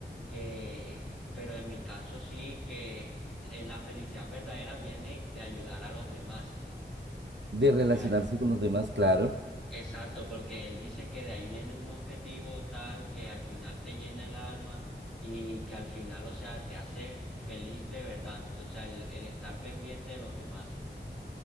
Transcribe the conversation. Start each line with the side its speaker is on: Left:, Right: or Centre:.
Centre: que, pero en mi caso sí, que eh, la felicidad verdadera viene de ayudar a los demás.
Right: de relacionarse
Centre: Ya,
Right: con los demás, claro.
Centre: exacto, porque él dice que de ahí viene un objetivo tal que al final te llena el alma y que al final, o sea, te hace feliz de verdad, o sea, el, el estar pendiente de los demás.